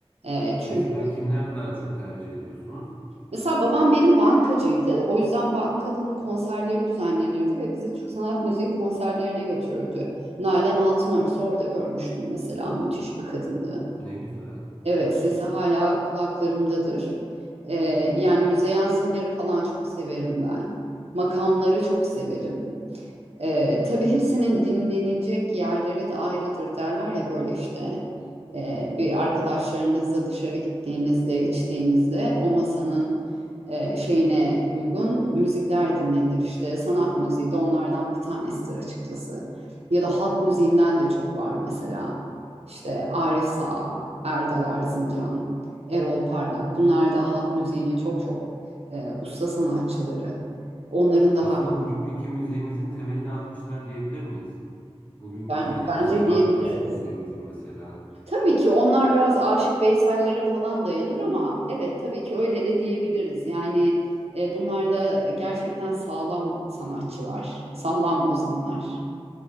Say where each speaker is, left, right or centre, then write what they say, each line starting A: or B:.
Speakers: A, on the right (about 80°); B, on the left (about 15°).
A: Ee, çünkü
B: Mesela kimler daha çok tercih ediyorsunuz?
A: Mesela babam benim bankacıydı. O yüzden bankanın konserleri düzenlenirdi ve bizi Türk Sanat Müziği konserlerine götürürdü. Nalan Altınörs'ü orada görmüştüm mesela. Müthiş bir kadındı.
B: Ne güzel.
A: Evet, sesi hala kulaklarımdadır. Ee, yani Müzeyyen Sener'i falan çok severim ben. Makamları çok severim. Ee, tabii hepsinin dinlenecek yerleri de ayrıdır derler ya böyle işte e, bir arkadaşlarınızla dışarı gittiğinizde içtiğinizde o masanın e, şeyine uygun müzikler dinlenir işte sanat müziği de onlardan bir tanesidir açıkçası ya da halk müziğinden de çok var mesela işte Arif Sağ, Erdal Erzincan, Erol Parlak bunlar da halk müziğinin çok çok e, usta sanatçıları. Onların da
B: Aslında bugünkü müziğimizin temelini atmışlar diyebilir miyiz? Bugünkü
A: Ben,
B: işte
A: bence
B: arabesk
A: diyebiliriz.
B: müziğimizin mesela.
A: Tabii ki onlar biraz Aşık Veysel'lere falan dayanır ama evet tabii ki öyle de diyebiliriz. Yani e, bunlar da gerçekten sağlam sanatçılar, sağlam ozanlar.